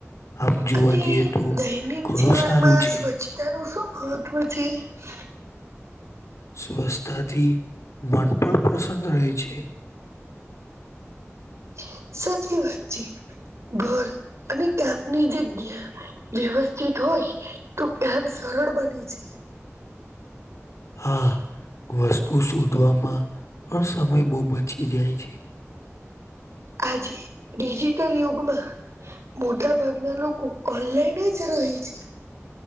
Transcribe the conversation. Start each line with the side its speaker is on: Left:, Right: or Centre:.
Left: આમ જોવા
Right: અને
Left: જઈએ તો
Right: દૈનિક
Left: ઘણું
Right: જીવનમાં
Left: સારું છે.
Right: સ્વચ્છતાનું શું <unintelligible>
Left: સ્વરછતા થી મન પણ પ્રસન્ન રહે છે.
Right: <inaudible> સાચી વાત છે ઘર અને કામની જગ્યા વ્યવસ્થિત હો હોય તો કામ સરળ બની છે.
Left: હા. વસ્તુ શોધવામાં પણ સમય બહુ બચી જાય છે.
Right: આજે ડિજિટલ યુગમાં મોટા ભાગના લોકો ઓનલાઈન જ છે.